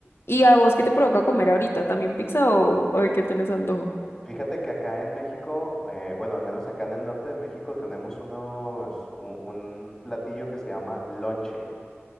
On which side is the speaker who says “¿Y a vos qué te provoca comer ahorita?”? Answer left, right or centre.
Left